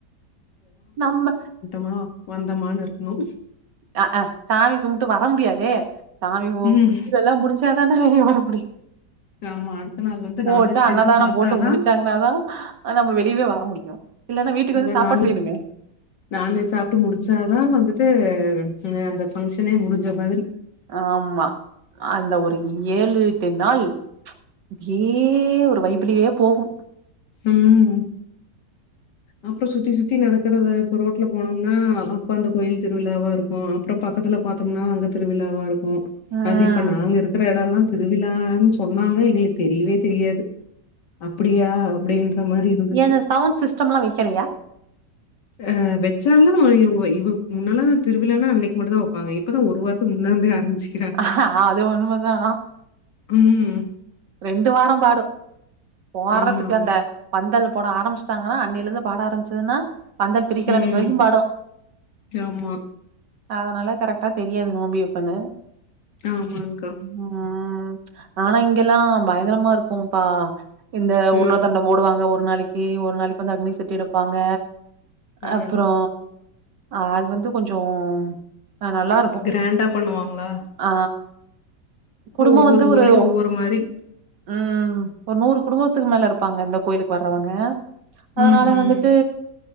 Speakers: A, on the right; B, on the left.
A: நம்ம
B: மா வந்தமான்னு இருக்கணு
A: அ ஹா சாமி கும்புட்டு வர முடியாதே சாமி கும்
B: ம்
A: இதுவெல்லா முடிஞ்சு <unintelligible>
B: ஆமா அடுத்த நாள் வந்து
A: பூ
B: நான்வெஜ்
A: போட்டு அன்னதானோ
B: செஞ்சு சாப்ட்டாதா
A: போட்டு முடிச்சாங்கன்னா தா நம்ம வெளியே வர முடியு இல்லனா வீட்டுக்கு
B: அத
A: வந்து சாப்பாடு
B: நான்வெஜ்
A: செய்யணுமே
B: நான்வெஜ் சாப்புட்டு முடிச்சாதா வந்துட்டு அந்த ஃபங்க்ஷனே முடிஞ்ச மாதிரி
A: ஆமா அந்த ஒரு ஏழு எட்டு நாள் அப்டியே ஒரு வைப்லே போகு
B: ம் அப்றோ சுத்தி சுத்தி நடக்குறது இப்ப ரோட்ல போனோம்னா அப்ப அந்த கோயில் திருவிழாவா இருக்கு‌ அப்றோ பக்கத்துல பா பாத்தம்னா அங்க திருவிழாவா இருக்கு
A: ம்
B: அது இப்ப நாங்க இருக்கிற இடல்லா திருவிழானு சொனாங்க எங்களுக்கு தெரிவே தெரியாது அப்டியா அப்டின்ற மாரி இருந்துச்சு.
A: ஏ அந் சவுண்ட் சிஸ்டம்ல்லா வக்கிலையா
B: அ வச்சாலு இவ இவ முன்னால திருவிழானா அன்னைக்கு மட்டு தா வப்பாங்க இப் இப்பதா ஒரு வாரத்துக்கு முன்னாலே ஆரம்பிச்சி
A: ஆ அது உண்மதா
B: ம்.
A: ரெண்டு வார பாடு போட்றதுக்கு
B: ஆமா.
A: அந்த பந்தல் போட ஆரம்பச்சிடாங்ன்னா அன்னிலருந்து பாட ஆரம்பச்துன்னா பந்தல் பிரிக்கிற
B: ம்.
A: அன்னைக்கு வரைக்கு பாடு
B: ஆமா
A: அதனால கரெக்டா தெரியாது நோம்பி எப்பனு
B: ஆமாங்க்கா
A: ம் ஆனா இங்கெல்லா பயங்கரமா இருக்குப்பா இந்த
B: ம்.
A: உருளா தண்டம் ஓடுவாங்க ஒரு நாளைக்கு ஒரு நாளைக்கு வந்து அக்னி சட்டி எடுப்பாங்க
B: ஆ.
A: அப்றோ அது வந்து கொஞ்சம் நல்லா இருக்கு
B: க்ராண்டா பண்ணுவாங்ளா
A: ஆ குடும்போ
B: ஒவ்வொரு
A: வந்து
B: ஊர்லயு
A: ஒரு
B: ஒவ்வொரு மாரி
A: ம் ஒரு நூறு குடும்பத்துக்கு மேல இருப்பாங்க இந்த கோயிலுக்கு வறவங்க அதனால
B: ம்,
A: வந்துட்டு
B: ம்.